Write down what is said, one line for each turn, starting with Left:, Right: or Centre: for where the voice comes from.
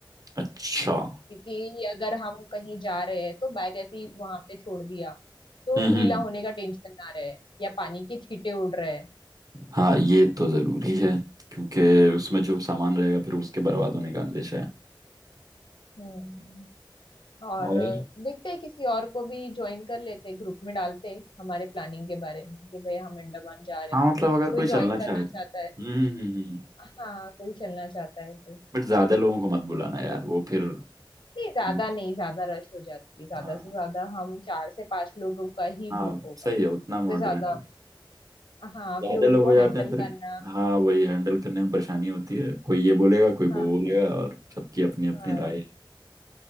Right: अच्छा हम्म
Left: क्योंकि अगर हम कहीं जा रहे हैं तो बैग ऐसे ही वहां पे छोड़ दिया तो
Right: हम्म,
Left: गीला
Right: हम्म।
Left: होने का टेंशन ना रहे या पानी के छींटे उड़ रहे हैं।
Right: हाँ ये तो जरूरी है क्योंकि उसमें जो सामान रहेगा फिर उसके बर्बाद होने का अंदेशा
Left: हम्म और
Right: है
Left: देखते हैं किसी और को भी ज्वाइन कर लेते हैं, ग्रुप में डालते हैं हमारे प्लानिंग के बारे में कि भाई हम अंडमान जा रहे
Right: हाँ
Left: हैं
Right: मतलब अगर
Left: कोई
Right: कोई
Left: ज्वाइन
Right: चलना
Left: करना
Right: चाहे
Left: चाहता
Right: तो हम्म
Left: है
Right: हम्म हम्म
Left: हाँ कोई चलना चाहता है तो
Right: बट ज्यादा लोगों को मत बुलाना
Left: हो सकता
Right: यार वो फिर
Left: है। नहीं ज्यादा
Right: उनको-
Left: नहीं ज्यादा रश हो जाती है ज्यादा
Right: हाँ
Left: से ज्यादा हम चार से पांच लोगों का ही
Right: हाँ
Left: ग्रुप होगा
Right: सही
Left: उससे
Right: है उतना मॉडरेट
Left: ज्यादा हाँ
Right: ज्यादा
Left: फिर उनको
Right: लोग हो जाते
Left: हैंडल
Right: हैं फिर
Left: करना
Right: हाँ वही हैंडल करने में परेशानी होती है कोई ये बोलेगा कोई वो
Left: हाँ,
Right: बोलेगा और सबकी अपनी अपनी
Left: हाँ
Right: राय है